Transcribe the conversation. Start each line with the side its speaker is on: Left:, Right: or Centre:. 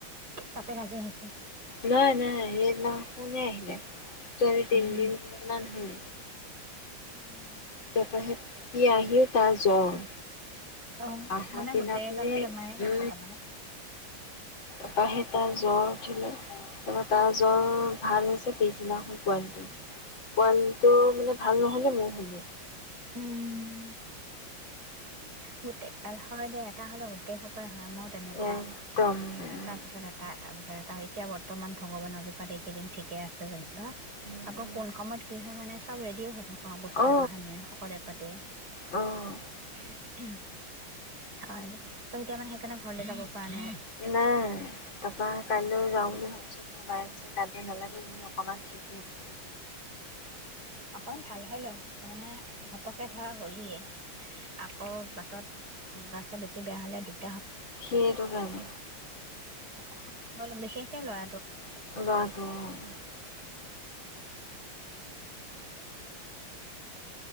Right: বাপেক আজি আহিছে
Left: নাই নাই স ন কোনে আহিলে ত আজি তিনদিন
Right: উম
Left: হল
Right: উম
Left: তাৰপাছত সি আহিও তাৰ জ্বৰ
Right: অ
Left: অহা
Right: মানে
Left: দিনা
Right: গোটেই
Left: মানে
Right: গালে বেমাৰে গাইছে
Left: উ
Right: তাৰমানে
Left: এপাহেটা জ্বৰ উঠিলেঁ তা তাৰ
Right: উম
Left: জৰ ভাল হৈছে পিছদিনাখন পোৱালিটোৰ পোৱালিটোৰ মানে ভাল নহয় মোৰ
Right: উম গোটেই হয় দে এটা হ'লেো গোটেই সকলৰ মই তেনেকুৱা
Left: একদম উম
Right: এটা পিছত এটা এ পিছত ত এতিয়া বৰ্তমান ভগৱানৰ কৃপাত এইকেইদিন ঠিকে আছে জানী বা
Left: উম
Right: আকৌ
Left: উম,
Right: কোন সময়ত কি হয় মানে চব ৰেডি হৈ থাকো আৰু বস্তু
Left: অ
Right: এবাহানিয় পাতে উম
Left: অ অ
Right: উম হয় দে এতিয়া মানে সেইকাৰণে ঘৰলে যাব পৰা নাই
Left: নাই তাৰাপৰা কাইলৈ যাওঁ বুলি ভাবিছো পাই পিছে কাটে নালাগে এনে অকণমান কব
Right: অকণমান ভাল হয় লোৱা মানে ঘপকে ধৰা হলাই আকৌ বাটত গা চা বেছি বেয়া হলে দিকদাৰ
Left: সেই তো কাৰণে
Right: অত কষ্টলম বিশেষকে ল'ৰা
Left: <unintelligible>
Right: অ দে